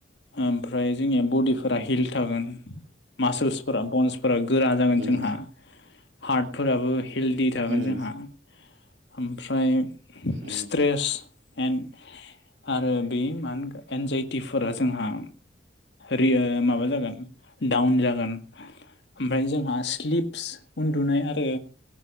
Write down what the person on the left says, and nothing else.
ओमफ्राय जोंनिया बडिफोरा हिल थागोन। मासोल्सफोरा बन्स फोर गोरा जागोन
जोंहा हार्टफोराबो हेल्दि थागोन
जोंहा। ओमफ्राय
स्ट्रेस एन आरो बे मा होनगोन एनजाइटिफोरा जोंहा रिया माबा जागोन डाउन जागोन। ओमफाय जोंहा स्लिपस उन्दुनाय आरो